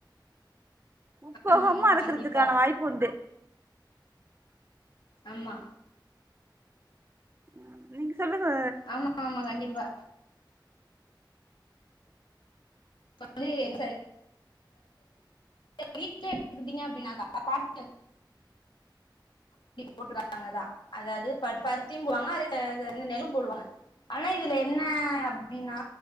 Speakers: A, on the right; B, on the left.
A: முப்போகமு
B: ஆமா ஆமா
A: அறுக்கறதுக்கான
B: கண்டிப்பா
A: வாய்ப்புண்டு
B: ஆமா
A: ம் நீங்க சொல்லுங்க
B: ஆமா ஆமாங் கண்டிப்பா இப்ப வந்து <inaudible> வீட்லே எடுத்து வந்ட்டீங்க அப்டின்னாக்கா பா <inaudible> போட்டுருக்காங்க அதா அதாது பரு பருத்தியும் போவாங்க அதே நெல் நெல்லும் போடுவாங்க ஆனா இதுல என்ன அப்டின்னா